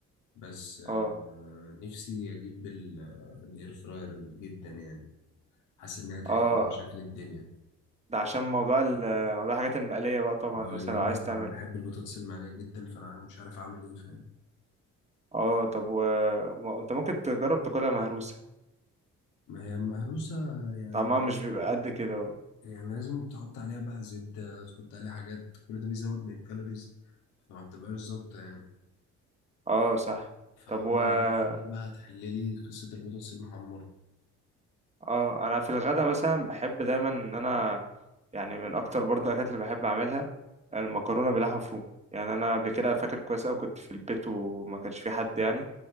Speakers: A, on the left; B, on the right.
A: بس آه،
B: اه
A: نفسي أجيب ال- الإير فراير جدا يعني حاسس إنها هتحل
B: اه
A: لي مشاكل الدنيا
B: ده عشان موضوع ال موضوع الحاجات المقلية بقى طبعا
A: ولأن
B: مثلا
A: أنا
B: لو عايز تعمل
A: أنا بحب البطاطس المقلية جدا فأنا أنا مش عارف أعمل إيه فاهم
B: اه طب و... ما- انت ممكن تجرب تاكلها مهروسة
A: ما هي مهروسة يعني
B: طعمها مش بيبقى قد كده
A: يعني لازم تحط عليها بقى زبدة تحط عليها حاجات كل ده بيزود من الكالوريز فما بتبقاش ظابطة يعني
B: اه صح
A: فحوار
B: طب و
A: ان
B: اه
A: الاير فراير بقى هتحللي قصة البطاطس المحمرة
B: انا في الغدا مثلا بحب دايما ان انا يعني من اكتر برضه الاكلات اللي بحب اعملها المكرونة بلحمة مفرومة يعني انا قبل كده فاكر كويس اوي كنت في البيت وما كانش في حد يعني